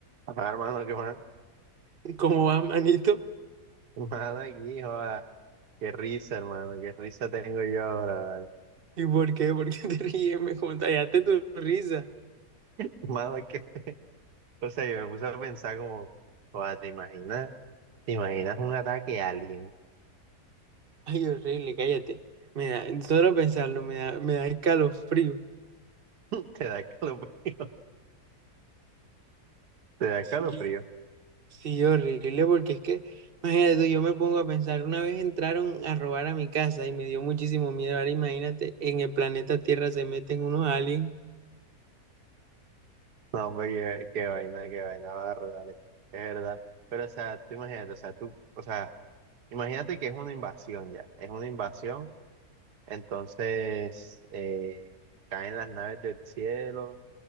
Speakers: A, on the right; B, on the right.
A: Papá, hermano, qué más.
B: ¿Cómo va, manito?
A: Mano aquí, joda. Qué risa, hermano. Qué risa tengo yo ahora, ¿vale?
B: ¿Y por qué? ¿Por qué te ríes? Me contagiaste tu risa.
A: <laughs> Mano, es que, o sea, yo me puse a pensar como, joda, ¿te imaginas? ¿Te imaginas un ataque alien?
B: Ay, horrible, cállate. Me da, solo pensarlo, me da, me da escalofrío.
A: <laughs> Te da calofrío. Te da
B: Sí,
A: calofrío.
B: sí, horrible, porque es que, imagínate tú, yo me pongo a pensar, una vez entraron a robar a mi casa y me dio muchísimo miedo. Ahora imagínate, en el planeta Tierra se meten unos aliens.
A: No, hombre, qué, qué vaina, qué vaina, barro, dale. Es verdad. Pero, o sea, tú imagínate, o sea, tú, o sea, imagínate que es una invasión ya. Es una invasión. Entonces, eh, caen las naves del cielo